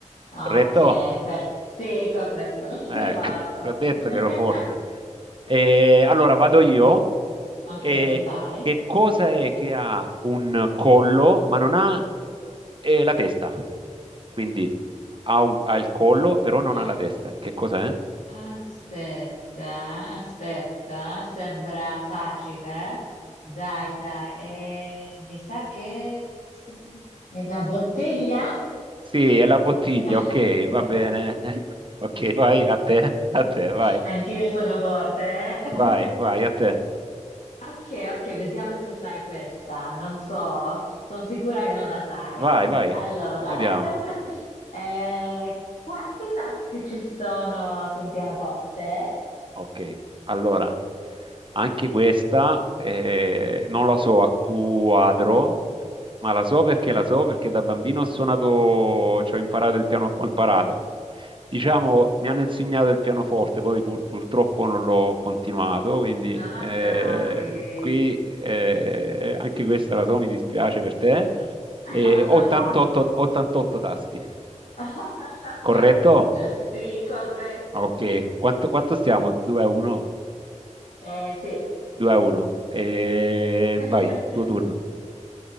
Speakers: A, on the left; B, on the right.
A: Ok,
B: corretto?
A: per... sì, corretto, l'ho
B: Ecco,
A: trovato.
B: ti ho detto
A: <laughs>
B: che ero forte. E allora vado io.
A: Ok,
B: E
A: vai.
B: che cosa è che ha un collo, ma non ha eh, la testa? Quindi ha, un- ha il collo, però non
A: A-
B: ha la testa. Che cosa è?
A: Aspetta, aspetta, sembra facile. Dai, dai, eh, mi sa che... È la bottiglia?
B: Sì, è la bottiglia,
A: <laughs>
B: ok, va bene. <laughs> Ok, vai a te, a te, vai,
A: Anch'io sono forte, eh?
B: vai, vai,
A: <laughs>
B: a te.
A: Ok, ok, vediamo se sai questa. Non so, sono sicura che non la sai.
B: Vai, vai.
A: Allora,
B: Vediamo.
A: <laughs> eh, quanti tasti ci sono su un pianoforte?
B: Ok, allora anche questa eh, non la so a quadro, ma la so perché la so perché da bambino ho suonato, cioè ho imparato il piano, ho imparato. Diciamo, mi hanno insegnato il pianoforte, poi pur- purtroppo non l'ho continuato, quindi
A: Ah,
B: eh,
A: dai.
B: qui eh, anche questa la so, mi dispiace per te. E
A: Oh no.
B: 88, 88 tasti,
A: <laughs>
B: corretto?
A: Mannaggia, sì, corretto.
B: Ok, quanto, quanto stiamo? 2 a 1?
A: Eh, sì.
B: 2 a 1. E
A: <laughs>
B: vai, tuo turno.